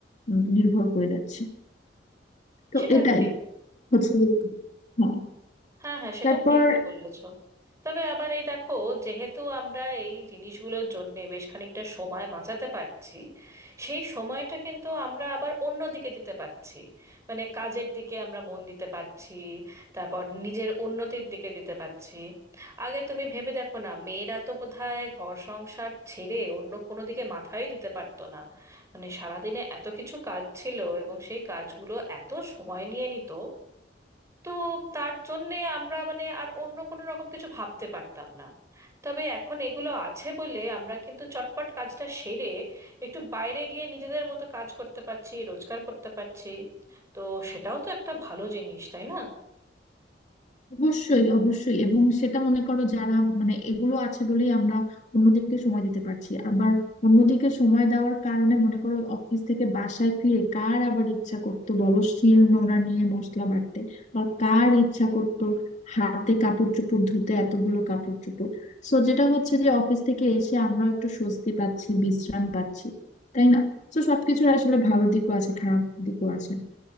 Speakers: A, on the left; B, on the right.
A: উম, নির্ভর করে যাচ্ছি তো
B: সেটা
A: এটাই
B: ঠিক
A: হচ্ছে যে- হ্যাঁ
B: হ্যাঁ হ্যাঁ সেটা
A: তারপর
B: ঠিকই বলেছো তবে আবার এই দেখো যেহেতু আমরা এই জিনিসগুলোর জন্য বেশ খানিকটা সময় বাঁচাতে পারছি সেই সময়টা কিন্তু আমরা আবার অন্য দিকে দিতে পারছি মানে কাজের দিকে আমরা মন দিতে পারছি তারপর নিজের উন্নতির দিকে দিতে পারছি আগে তুমি ভেবে দেখো না মেয়েরা তো বোধহয় ঘর সংসার ছেড়ে অন্য কোনো দিকে মাথাই দিতে পারতো না মানে সারাদিনে এত কিছু কাজ ছিল এবং সেই কাজগুলো এত সময় নিয়ে নিত তো তার জন্যে আমরা মানে আর অন্য কোনো রকম কিছু ভাবতে পারতাম না তবে এখন এগুলো আছে বলে আমরা কিন্তু চটপট কাজটা সেরে একটু বাইরে গিয়ে নিজেদের মতো কাজ করতে পারছি রোজগার করতে পারছি তো সেটাও তো একটা ভালো জিনিস তাই না
A: অবশ্যই অবশ্যই এবং সেটা মনে করো যারা মানে এগুলো আছে বলেই আমরা অন্যদিকে সময় দিতে পারছি আবার অন্যদিকে সময় দেওয়ার কারণে মনে করো অফিস থেকে বাসায় ফিরে কার আবার ইচ্ছা করতো বলো শিল নোড়া নিয়ে মশলা বাটতে বা
B: বুঝতে
A: কার
B: পেরেছি।
A: ইচ্ছা করতো হাতে কাপড় চোপড় ধুতে এতগুলো কাপড় চোপড় সো যেটা হচ্ছে যে অফিস থেকে এসে আমরা একটু স্বস্তি পাচ্ছি বিশ্রাম পাচ্ছি তাই না তো সবকিছুর আসলে ভালো দিকও আছে খারাপ দিকও আছে